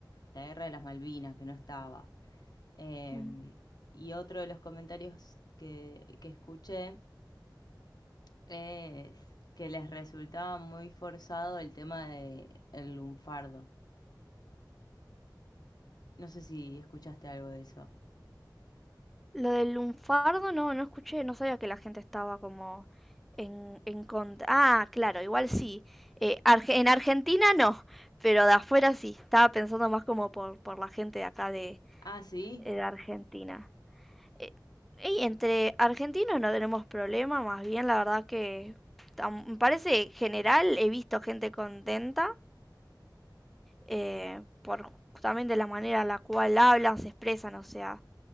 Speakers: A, on the left (about 60°); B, in the centre.
A: la guerra de las Malvinas, que no estaba. Eh,
B: Mm.
A: y otro de los comentarios que, que escuché es que les resultaba muy forzado el tema de el lunfardo. No sé si escuchaste algo de eso.
B: Lo del lunfardo no, no escuché, no sabía que la gente estaba como en, en contra. Ah, claro, igual sí. Eh, Arge- en Argentina no, pero de afuera sí. Estaba pensando más como por, por la gente de acá de,
A: Ah, sí,
B: eh, de Argentina. Eh, y entre argentinos no tenemos problema, más bien la verdad que tam- me parece general, he visto gente contenta eh, por justamente la manera en la cual hablan, se expresan, o sea,